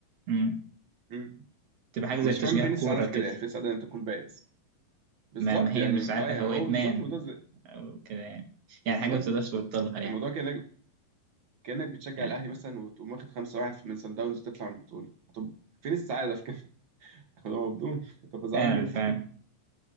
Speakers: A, on the right (about 60°); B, on the right (about 45°).
A: أمم
B: مم.
A: تبقى حاجة
B: مش
A: زي تشجيع
B: فاهم فين السعادة
A: كورة
B: في
A: كده
B: كده يعني فين السعادة إن أنت تكون بائس بالظبط
A: ما ما هي
B: يعني
A: مش ساعتها
B: أه يعني
A: هو
B: هو
A: إدمان
B: بالظبط الموضوع زي...
A: أو كده يعني يعني
B: بالظبط
A: حاجة ما بتقدرش تبطلها يعني
B: الموضوع كأنك كأنك بتشجع
A: يعني
B: الأهلي مثلا وتقوم واخد 5-1 من سان داونز وتطلع من البطولة طب فين السعادة في كده؟ <laughs> هتبقى مبدون هتبقى زعلان
A: فعلا
B: جدا
A: فعلا